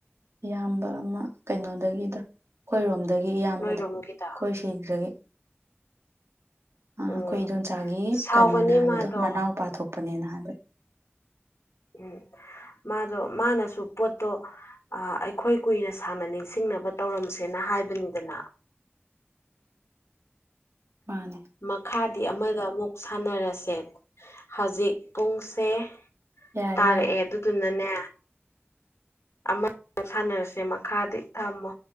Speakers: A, on the right; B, on the left.
A: ꯏꯌꯥꯝꯕ ꯑꯃ ꯀꯩꯅꯣꯗꯒꯤꯗ ꯑꯩꯈꯣꯏꯔꯣꯝꯗ ꯑꯗꯒꯤ ꯏꯌꯥꯝꯕꯗ
B: ꯅꯣꯏꯔꯣꯝꯒꯤꯗꯣ
A: ꯑꯩꯣꯏ ꯁꯤꯈ꯭ꯔꯒꯤ ꯑ ꯑꯩꯈꯣꯏ
B: ꯎꯝ
A: ꯏꯗꯣꯣꯟꯆꯥꯒꯤ
B: ꯁꯥꯎꯒꯅꯤ
A: ꯀꯩꯅꯣꯅꯦ ꯍꯥꯏꯕꯗꯣ
B: ꯃꯥꯗꯣ
A: ꯃꯅꯥꯎ ꯄꯥꯊꯣꯛꯄ ꯄꯅꯦꯅ ꯍꯥꯏꯕ
B: ꯎꯝ ꯃꯥꯗꯣ ꯃꯥꯅꯁꯨ ꯄꯣꯠꯇꯣ ꯑꯩꯈꯣꯏ ꯀꯨꯏꯅ ꯁꯥꯡꯅ ꯅꯤꯡꯁꯤꯡꯅꯕ ꯇꯧꯔꯝꯁꯦꯅ ꯍꯥꯏꯕꯅꯤꯗꯅ
A: ꯃꯥꯅꯦ
B: ꯃꯈꯥ ꯑꯃꯗ ꯑꯃꯨꯛ ꯁꯥꯟꯅꯔꯁꯦ ꯍꯧꯖꯤꯛ ꯄꯨꯡꯁꯦ
A: ꯌꯥꯔꯦ
B: ꯇꯥꯔꯛꯑꯦ
A: ꯌꯥꯔꯦ
B: ꯑꯗꯨꯗꯨꯅꯅꯦ ꯑꯃ ꯁꯥꯟꯅꯔꯁꯦ ꯃꯈꯥꯗꯤ ꯊꯝꯃꯣ